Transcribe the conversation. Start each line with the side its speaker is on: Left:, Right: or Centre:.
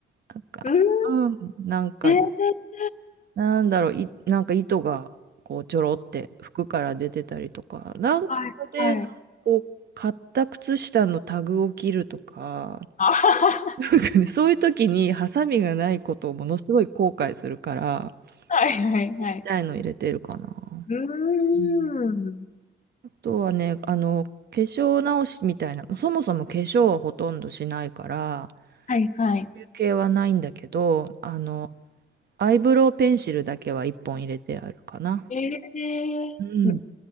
Right: なんか、
Left: うーん、
Right: うん、なんか、
Left: えー、
Right: なんだろう、い、なんか糸が、こう、ちょろって服から出てたりとか、なんかで、
Left: はい、はい。
Right: なんかこう、買った靴下のタグを切るとか、
Left: あはは、
Right: <laughs> なんかねそういう時にハサミがないことをものすごい後悔するから、
Left: はい、はい、はい。
Right: ちっちゃいの入れてるかな。
Left: うーん。
Right: うんとはね、あの、化粧直しみたいな、まあそもそも化粧はほとんどしないから、
Left: はい、はい。
Right: 休憩はないんだけど、あの、アイブロウペンシルだけは一本入れてあるかな。
Left: ええーうん、
Right: うん。